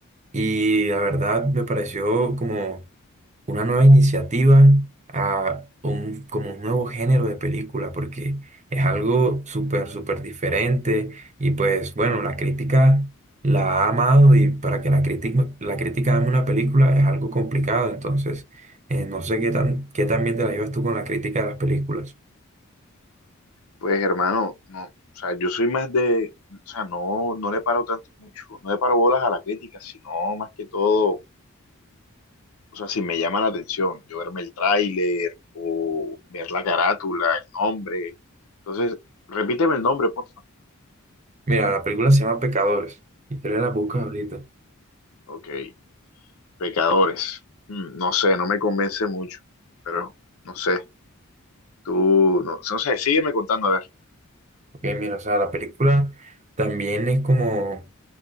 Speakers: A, on the right; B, on the left.
A: y la verdad me pareció como una nueva iniciativa a un, como un nuevo género de película, porque es algo súper, súper diferente y pues bueno, la crítica la ha amado y para que la crítica, la crítica ame una película es algo complicado, entonces eh, no sé qué tan, qué tan bien te la llevas tú con la crítica de las películas.
B: Pues, hermano, no, o sea, yo soy más de, o sea, no, no le paro tanto mucho, no le paro bolas a la crítica, sino más que todo o sea, si me llama la atención, yo verme el tráiler o ver la carátula, el nombre. Entonces, repíteme el nombre, por favor.
A: Mira, la película se llama Pecadores y creo que la buscas ahorita.
B: ok, Pecadores. Mm, no sé, no me convence mucho, pero no sé, tú, no, no sé, sígueme contando, a ver.
A: Ok, mira, o sea, la película también es como